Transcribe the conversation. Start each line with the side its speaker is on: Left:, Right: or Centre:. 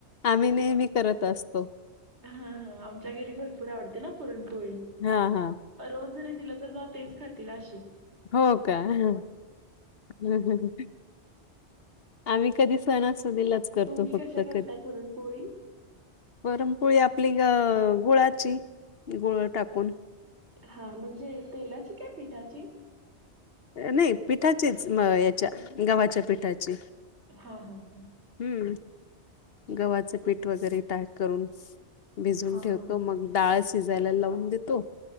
Left: आम्ही नेहमी करत असतो.
Right: हा, हा, आमच्या घरी भरपूर आवडते ना, पुरणपोळी.
Left: हा हा
Right: रोज जरी दिलं तरी, म तेच खातील अशी,,
Left: हो, का, ह, ह, आम्ही कधी सणासुदीलाच,, करतो
Right: तुम्ही
Left: फक्त
Right: कशा करताय,
Left: कधी
Right: पुरण पोळी?
Left: पुरणपोळी, आपली अ, गुळाची, गुळ टाकून.
Right: हा, म्हणजे, तेलाची काय पिठाची?
Left: नाही, पिठाचीच, म, याच्या गव्हाच्या पिठाची.
Right: हा हा हा
Left: हम्म, गव्हाचं पीठ वगैरे टाय करून,, भिजवुन
Right: हा
Left: ठेवतो,
Right: हा हा
Left: मग डाळ शिजायला, लावून देतो.